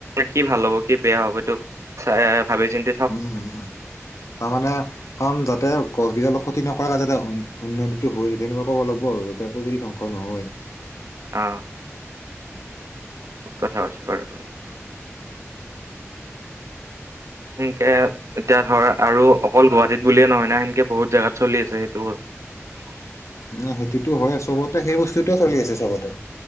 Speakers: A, on the right; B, on the left.
A: কি ভাল হ'ব কি বেয়া হ'ব এইটো চ ভাবি চিন্ত
B: উম উম তাৰমানানে কাৰণ যাতে গছ কেইডাল ক্ষতি নকৰাকে যাতে উন্নতিটো হৈ যায় তেনেকুৱা ক'ব লাগব আৰু। তাপক ধ্বংস নহয়।
A: অঁ। ঠিক কথা কছে বাৰু তুমি। সেনকে এতিয়া ধৰ আৰু অকল গুৱাহাটীত বুলিয়ে নহয় না সেনকে বহুত জাগাত চলি আছে সেইটো বস <unintelligible>
B: ন সেইটোতো হয় চবতে সেই বস্তুটোৱে চলি আছে চবতে।